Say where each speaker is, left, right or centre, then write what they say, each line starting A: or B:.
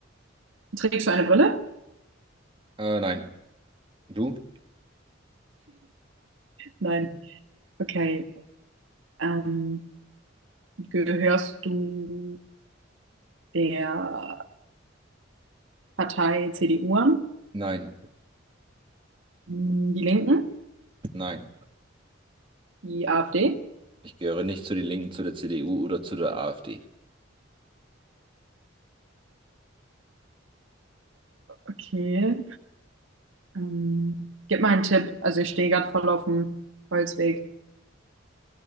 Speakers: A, on the right; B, on the right.
A: Trägst du eine Brille?
B: Äh, nein. Du?
A: Nein. Okay. Ähm, gehörst du der Partei CDU an?
B: Nein,
A: Hm, Die Linken?
B: nein.
A: Die AfD?
B: Ich gehöre nicht zu den Linken, zu der CDU oder zu der AfD.
A: Okay. Ähm, gib mal einen Tipp. Also ich stehe gerade voll auf dem Holzweg.